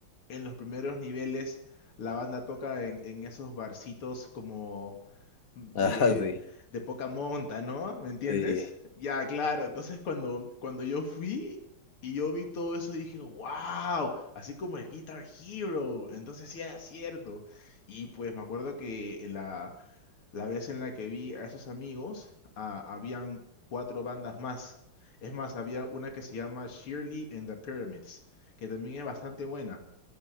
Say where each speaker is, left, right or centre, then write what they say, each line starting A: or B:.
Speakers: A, on the left; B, on the left.
A: en los primeros niveles, la banda toca en, en esos barcitos como de,
B: <laughs> Ah, sí,
A: de poca monta, ¿no? ¿Me entiendes?
B: sí.
A: Ya, claro. Entonces cuando, cuando yo fui y yo vi todo eso, dije, wow, así como el Guitar Hero. Entonces sí era cierto. Y pues me acuerdo que la la vez en la que vi a esos amigos, ah, habían cuatro bandas más. Es más, había una que se llama Shirley and the Pyramids, que también es bastante buena.